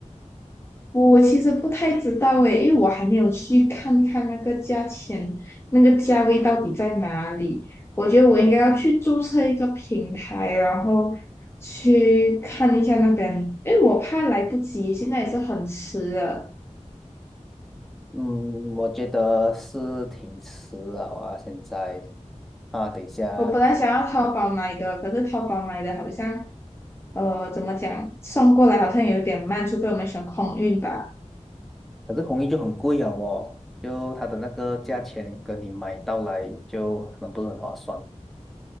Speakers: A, on the left; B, in the centre.
A: 我其实不太知道诶，因为我还没有去看看那个价钱，那个价位到底在哪里。我觉得我应该要去注册一个平台，然后去看一下那边，因为我怕来不及，现在也是很迟了。
B: 嗯，我觉得是挺迟了啊，现在啊，等一下，
A: 我本来想要淘宝买的，可是淘宝买的好像，呃，怎么讲，送过来好像有点慢，除非我们选空运吧。
B: 可是红衣就很贵啊哦，就它的那个价钱跟你买到来就可能不是很划算。